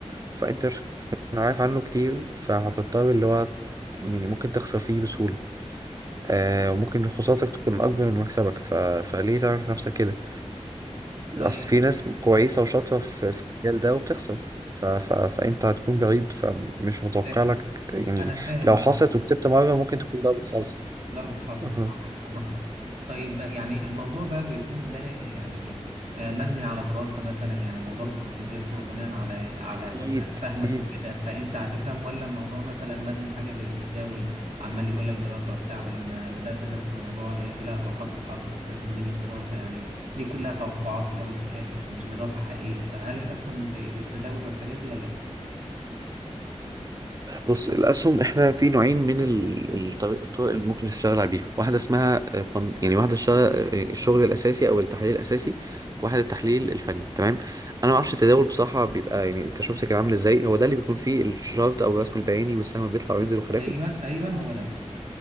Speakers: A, on the right; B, on the right.
A: فانت مش هتكون عارف عنه كتير فهتضطر اللي هو يعني ممكن تخسر فيه بسهوله آه وممكن خسارتك تكون اكبر من مكسبك ف... فليه تعرف نفسك كده
B: طيب
A: اصل في ناس كويسه وشاطره في في المجال ده وبتخسر ف... ف... فانت هتكون بعيد فمش متوقع
B: فاهم
A: لك يعني
B: انا فاهم
A: لو
B: على
A: حصلت
B: فكره
A: وكسبت مره ممكن تكون ضربة حظ
B: ضربة حظ
A: أها.
B: طبعا أنا فاهمك قصدك طيب يعني الموضوع ده بيكون بني يعني آه، مبني على دراسة مثلا يعني موضوع ممكن تدرسه بناء على على
A: اكيد
B: مثلا فهمك
A: اكيد
B: وكده فأنت هتفهم ولا الموضوع مثلا مبني حاجة زي التداول عمال يقول لك دراسة وبتاع ولما بدأت أدرس في الموضوع لقيته لا هو حظ في حظ أساسا دي مش دراسة يعني دي كلها توقعات في الأول وفي الآخر فمش دراسة حقيقية فهل الأسهم زي التداول والحاجات دي ولا إيه؟
A: بص الاسهم احنا في نوعين من ال- الطريق- الطرق اللي ممكن تشتغل عليها واحده اسمها آه، فن- يعني واحده اشتغل آه، الشغل الاساسي او التحليل الاساسي واحد التحليل الفني تمام انا ما اعرفش التداول بصراحه بيبقى يعني انت شفت كان عامل ازاي هو ده اللي بيكون فيه الشارت او الرسم البياني والسهم بيطلع وينزل وخلافه
B: أيوه أيوه هو ده